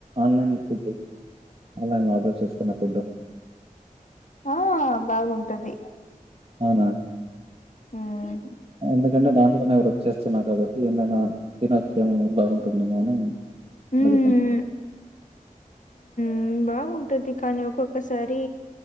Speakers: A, on the right; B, on the left.
A: online food online order చేసుకున్న ఫుడ్
B: ఆ బాగుంటది
A: అవ్న
B: ఉమ్
A: ఎందుకంటే దాంట్లో నే చేస్తున్నారు కాబట్టి ఏందైనా తినొచ్చే ఏ బాగుంటుందేమో అని
B: ఉమ్
A: అడుగుతున్న
B: ఉ బాగుంటది కానీ ఒక్కొక్కసారి